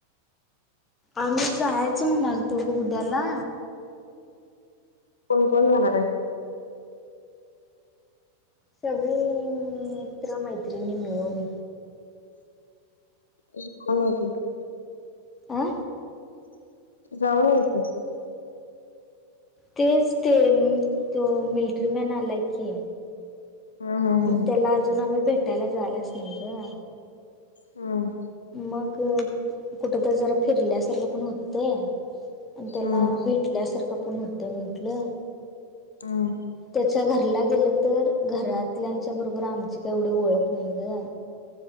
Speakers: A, on the left (about 20°); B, on the left (about 75°).
A: आम्ही जायच म्हणालतो ग उद्याला.
B: कोण कोण जाणार आहे?
A: सगळी मित्र मैत्रिणी मिळून.
B: <unintelligible>
A: आ.
B: जाऊन एकदा.
A: तेच ते तो मिलिट्री मॅन आलाय की
B: हम्म हम्म
A: मग
B: हम्म
A: त्याला अजून आम्ही भेटायला जाईलच नाही ग.
B: हम्.
A: मग कुठ तर जरा फिरल्यासारखं पण होतंय. आणि त्याला
B: हम्म
A: भेटल्यासारखं पण होतंय म्हंटलं.
B: हम.
A: त्याच्या घरला गेलं तर घरातल्याच्या बरोबर आमची का एवढी ओळख नाही ग.